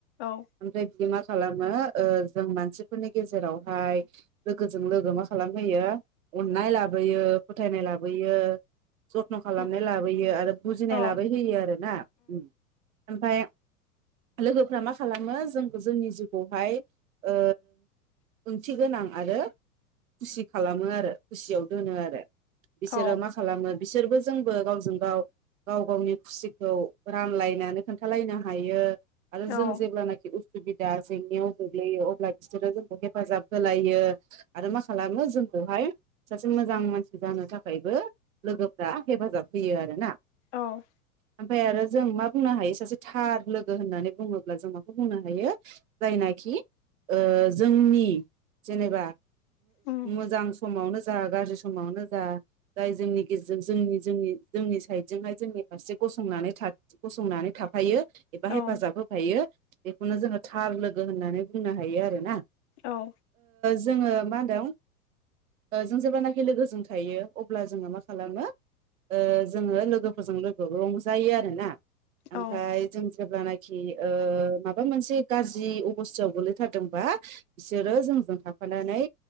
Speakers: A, on the left; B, on the right.
A: औ
B: ओमफ्राय बिदि मा खालामो ओ जों मानसिफोरनि गेजेरावहाय लोगोजों लोगो मा खालामहोयो अन- नाय लाबोयो फोथायनाय लाबोयो जथ्न' खालामनाय
A: उम
B: लाबोयो आरो बुजिनाय
A: औ
B: लाबोहोयो आरो ना ओमफफ्राय लोगोफ्रा मा खालामो जों जोंनि जिउखौहाय ओ ओंथि गोनां आरो खुसि खालामो आरो खुसियाव दोनो आरो बिसोरो
A: औ
B: मा खालामो बिसोरबो जोंबो गावजों गाव गाव गावनि खुसिखौ रानलायनानै खोन्थालायनो हायो आरो
A: औ
B: जों जेब्लानाखि उसुबिदा जेंनायाव गोग्लैयो अब्ला बिसोरो जोंखौ हेफाजाब होलायो आरो मा खालामो जों खौहाय सासे मोजां मानसि जानो थाखायबो लोगोफ्रा हेफाजाब होयो आरो ना
A: औ
B: ओमफफ्राय आरो जों मा बुंनो हायो सासे थार लोगो होननानै बुङोब्ला जों माखौ बुंनो हायो जायनाखि ओ जोंनि जेनेबा
A: उम
B: मोजां समावनो जा गाज्रि समावनो जा जाय जोंनि गेजेरजों जोंनि जोंनि जोंनि साइड जोंनि फारसें गसंनानै थाफायो एबा
A: औ
B: हेफाजाब होफायो बेखौनो जोङो थार लोगो होननानै बुंनो हायो आरो ना
A: औ
B: जोङो मा होनदों जों जेब्लानाखि लोगोजों थायो अब्ला जोङो मा खालामो ओ जोङो लोगोफोरजों लोगो रंजायो आरोना ओमफ्राय
A: औ
B: जों जेब्ला नाखि ओ माबा मोनसे गाज्रि अबस्थायाव गोलैथारदोंबा बिसोरो जोंजों था- फानानै